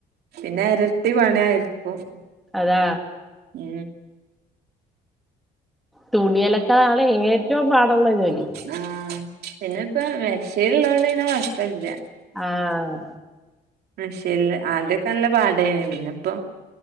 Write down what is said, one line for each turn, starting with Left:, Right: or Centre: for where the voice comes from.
Right: പിന്നെ എരട്ടി പണി ആരിക്കും
Centre: അതാ
Right: മ്
Centre: തുണിയലക്കാലാണ് ഏറ്റവും പാടുള്ള ജോലി.
Right: ആഹ് പിന്നെ ഇപ്പ മെഷീള്ളോണ്ട്ന്നെ കൊഴപ്പല്ല.
Centre: ആഹ്
Right: മെഷീല് ആദ്യൊക്കെ നല്ല പാടായ്നി പിന്നെ ഇപ്പൊ